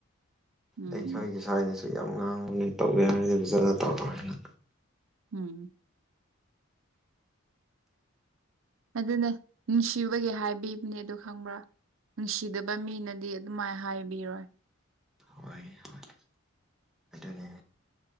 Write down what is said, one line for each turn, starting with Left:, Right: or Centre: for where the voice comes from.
Right: ꯎꯝ
Centre: ꯑꯩꯈꯣꯢꯒꯤ ꯁꯥꯢꯅꯁꯨ ꯌꯥꯝ ꯉꯥꯡꯕꯅꯤ ꯇꯧꯒꯦ ꯍꯥꯢꯔꯗꯤ ꯐꯖꯅ ꯇꯧꯔꯣ ꯍꯥꯏꯅ
Right: ꯎꯝ ꯑꯗꯨꯅꯦ ꯅꯨꯡꯁꯤꯕꯒꯤ ꯍꯥꯏꯕꯤꯕꯅꯦ ꯑꯗꯣ ꯈꯪꯕ꯭ꯔꯥ ꯅꯨꯡꯁꯤꯗꯕ ꯃꯤꯅꯗꯤ ꯑꯗꯨꯃꯥꯏ ꯍꯥꯏꯕꯤꯔꯣꯏ
Centre: ꯍꯣꯏ ꯍꯣꯢ ꯑꯗꯨꯅꯦ